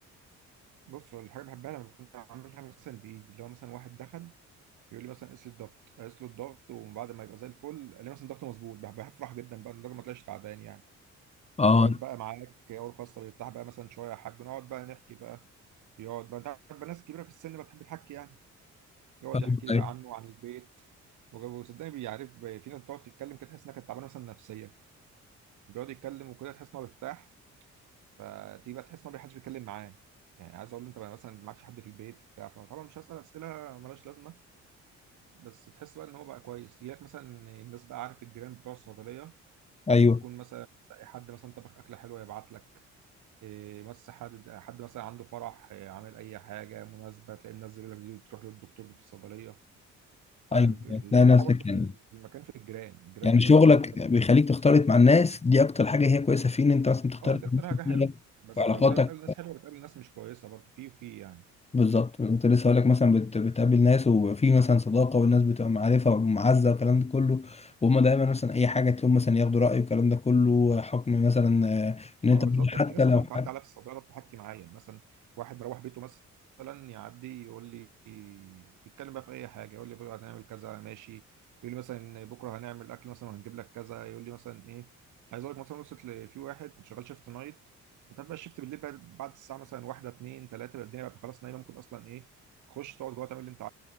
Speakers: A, on the right; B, on the left.
A: بص الحاجه بحبها لما بكون عاملها مثلا بايدي اللي هو مثلا واحد دخل يقول لي مثلا قيس لي الضغط قيس له الضغط ومن بعد ما يبقى زي الفل قال لي مثلا ضغطه مظبوط بح- بفرح جدا بقى إن الراجل ما طلعش تعبان يعني
B: اه
A: يقعد بقى معاك اول خاصه ويرتاح بقى مثلا شويه يا حاج نقعد بقى نحكي بقى يقعد بقى انت عارف بقى ناس كبيره في السن بتحب تحكي يعني يقعد
B: فاهمك.
A: يحكي لي
B: ايوه
A: بقى عنه وعن البيت وج- وصدقني بيعرف في ناس بتقعد تتكلم كده تحس انها كانت تعبانه مثلا نفسيا بيقعد يتكلم وكده تحس ان هو بيرتاح فدي بقى تحس ان هو حدش بيتكلم معاه يعني عايز اقول له انت بقى مثلا معكش حد في البيت بتاع فطبعا مش هسال اسئله ملهاش لازمه بس تحس بقى ان هو بقى كويس يجي لك مثلا الناس بقى عارف الجيران بتوع الصيدليه
B: ايوه
A: تكون مثلا تلاقي حد مثلا طبخ اكله حلوه يبعت لك إيه بس حد حد مثلا عنده فرح إيه عامل اي حاجه مناسبه تلاقي الناس يقول لك دي تروح للدكتور اللي في الصيدليه فالحلاوه
B: ايوه تلاقي نفسك
A: برضه في
B: يعني
A: ال- في المكان في الجيران الجيران
B: يعني
A: بيبقى
B: شغلك
A: تحفه جدا
B: بيخليك تختلط مع الناس دي اكتر حاجه هي كويسه فيه ان انت مثلا بتختلط
A: اه دي
B: مع
A: اكتر
B: ناس
A: حاجه حلوه
B: كتيره
A: بس
B: في علاقاتك
A: عايز اقول لك زي ما بتقابل ناس حلوه بتقابل ناس مش كويسه برضه في وفي يعني
B: بالظبط كنت لسه هقول لك مثلا بت... بتقابل ناس وفي مثلا صداقه والناس بتبقى معرفه ومعزه والكلام ده كله وهم دايما مثلا اي حاجه تقوم مثلا ياخدوا راي والكلام ده كله حكم مثلا آه، ان انت
A: اه بالظبط انا
B: حتى
A: في ناس
B: لو
A: اصلا
B: حاجه
A: بتعدي عليا في الصيدله بتحكي معايا يعني مثلا واحد مروح بيته مثلا يعدي يقول لي يتكلم بقى في اي حاجه يقول لي بكره هنعمل كذا ماشي يقول لي مثلا بكره هنعمل اكل مثلا وهنجيب لك كذا يقول لي مثلا ايه عايز اقول لك مثلا وصلت ل- في واحد كنت شغال شيفت نايت فانت عارف بقى الشيفت بالليل بقى بعد الساعه مثلا واحده اتنين تلاته بقى الدنيا بقى خلاص نايمه ممكن اصلا ايه تخش تقعد جوه تعمل اللي انت